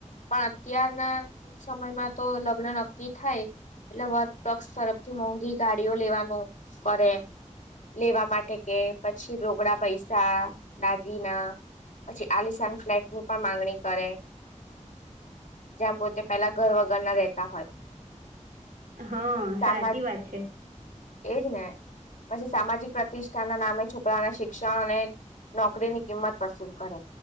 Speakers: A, on the left; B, on the right.
A: પણ અત્યારના સમયમાં તો લગ્ન નક્કી થાય. એટલે વર્ક પક્ષ તરફથી મોંઘી ગાડીઓ લેવાનું કરે. લેવા માટે કે, પછી રોકડા પૈસા દગીના. પછી આલિશાન ફ્લેટ ની પણ માંગણી કરે. જ્યાં પોતે પેલા ઘર વગર ના રહેતા હોય.
B: હા,
A: સામા
B: સાચી વાત છે.
A: એજ ને, પછી સામાજિક પ્રતિષ્ઠા ના નામે છોકરા ના શિક્ષણ, અને નોકરીની કિંમત વસૂલ કરે,